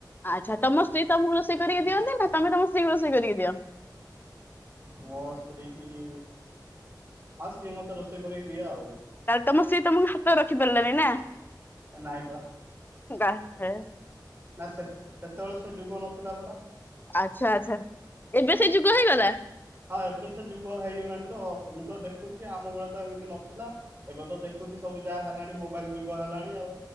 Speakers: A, on the left; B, on the right.
A: ଆଚ୍ଛା ତମ ସ୍ତ୍ରୀ ତମକୁ ରୋଷେଇ କରିକି ଦିଅନ୍ତି ନା ତମେ ତମ ସ୍ତ୍ରୀ ରୋଷେଇ କରିକୀ ଦିଅ?
B: ମୋ ସ୍ତ୍ରୀ କି ହଁ ସିଏ ମତେ ରୋଷେଇ କରି ଦିଏ ଆଉ।
A: ତାହଲେ ତମ ସ୍ତ୍ରୀ ତମ ହାତ ରଖି ପାରିଲାନି ନା।
B: ନାଇଁ କ।
A: ଗାଁ <unintelligible>
B: ନା ସେ ସେତେବେଳେ ସେ ଯୁଗ ନଥିଲା ପରା।
A: ଆଚ୍ଛା ଆଚ୍ଛା ଏବେ ସେ ଯୁଗ ହେଇଗଲା।
B: ହଁ ଏବେ ଯୁଗ ହେଇଗଲାଣି ତ ମୁଁ ତ ଦେଖ ଦେଖୁଛି ଆମ ବେଳେ ତ ଏମିତି ନଥିଲା। ଏବେ ତ ଦେଖୁଛି ସବୁ ଯାହା ହେଲାଣି ମୋବାଇଲ ଯୁଗ ହେଲାଣି ଆଉ।